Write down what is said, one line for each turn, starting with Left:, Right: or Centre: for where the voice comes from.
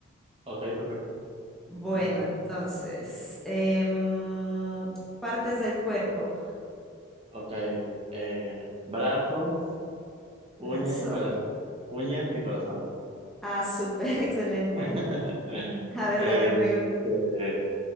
Right: Ok, perfecto.
Centre: Bueno,
Right: Sí, sí, sí.
Centre: entonces, em, partes del cuerpo.
Right: Ok. eh, brazos, uña
Centre: Brazo.
Right: y corazón. Uñas y corazón.
Centre: Ah, súper <laughs> excelente.
Right: <laughs>
Centre: A ver,
Right: Este,
Centre: dale, pregunta.